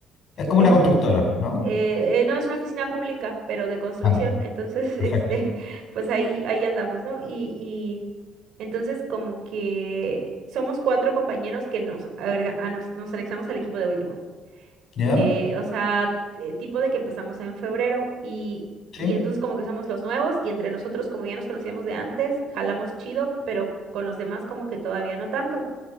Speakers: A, on the left (about 50°); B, on the right (about 70°).
A: Es como
B: Es-
A: una constructora, ¿no?
B: eh, eh, no es una oficina pública, pero de construcción.
A: Vale,
B: Entonces,
A: perfecto.
B: <laughs> este, pues ahí, ahí andamos, ¿no? Y, y entonces como que somos cuatro compañeros que nos, agrega- a nos, nos anexamos al equipo de último
A: ¿Ya?
B: eh, o sea, eh, tipo de que empezamos en febrero y, y
A: Sí,
B: entonces como que somos los nuevos y entre nosotros como ya nos conocíamos de antes, jalamos chido, pero con los demás como que todavía no tanto.